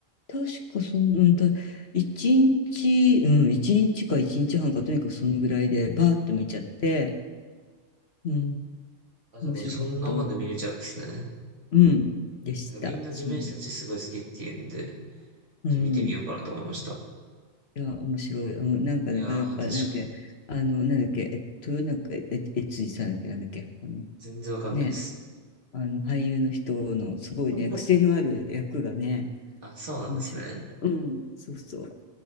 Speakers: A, on the left; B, on the right.
A: 確かそん、うん、た、一日、うん、一日か一日半か、とにかくそのぐらいで、バーッと見ちゃって、うん、
B: あ、じゃあもうそんなもんで見れちゃうんですね。
A: 面白かった。うん、でした。
B: なんかみんな地面師たちすごい好きっていうんで、
A: そんな。
B: ちょっ
A: うん。
B: と見てみようかなと思いました。
A: いや、面白い。うん、なんか、
B: いやー、
A: なかなか、なんだっけ、
B: 確かに。
A: あの、なんだっけ、え、豊中え悦司さんだっけ、なんだっけ、あの、
B: 全然わかんないです。
A: ね、あの、俳優の人の、すごいね、
B: <laughs>
A: 癖のある役がね、
B: あ、そうなんですね。
A: 面白かった。うん、そうそう。